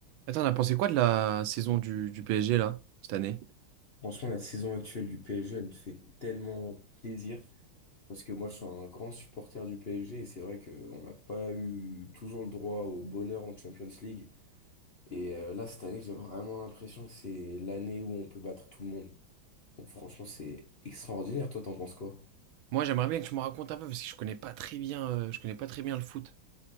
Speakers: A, on the right; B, on the left.
A: Attends, on a pensé quoi de la saison du, du PSG là, cette année?
B: Franchement, la saison actuelle du PSG, elle me fait tellement plaisir parce que moi, je suis un grand supporter du PSG et c'est vrai qu'on n'a pas eu toujours le droit au bonheur en Champions League. Et euh, là, cette année, j'ai vraiment l'impression que c'est l'année où on peut battre tout le monde. Donc, franchement, c'est extraordinaire. Toi, t'en penses quoi?
A: Moi, j'aimerais bien que tu me racontes un peu parce que je connais pas très bien, euh, je connais pas très bien le foot.